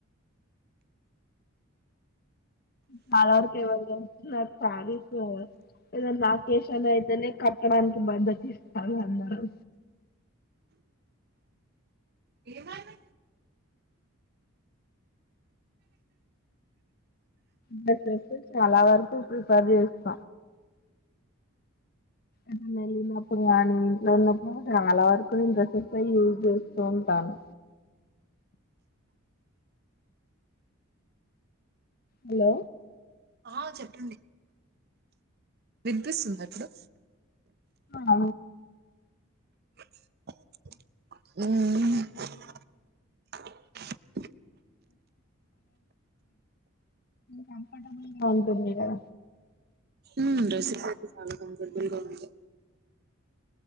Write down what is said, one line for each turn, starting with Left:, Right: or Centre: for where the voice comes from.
Left: చాల వరకు ఎవరు కడుతున్నారు సారీస్ ఏదన్న అకేషన్ అయితేనే కట్టడానికి బద్దకి ఆది అన్నారు
Right: ఏం అయింది
Left: డ్రెస్సెస్ ఏ చాలా వార్ కు ప్రిపర్ చేస్త నేన వెళ్ళినప్పుడు కాని ఇంట్లో ఉన్నప్పుడు చాలా వరకు నేను డ్రెసెస్ యూజ్ చేస్తూ ఉంటాను హలో
Right: ఆ చెప్పండి వినిపిస్తుందా ఇప్పుడు
Left: ఆ
Right: మ్మ్
Left: కంఫర్టబుల్ గా ఉంటుందిగా
Right: మ్మ్ డ్రెస్సెస్ అయితే సన్నగా ఉం పొట్టివిగా ఉంటాయి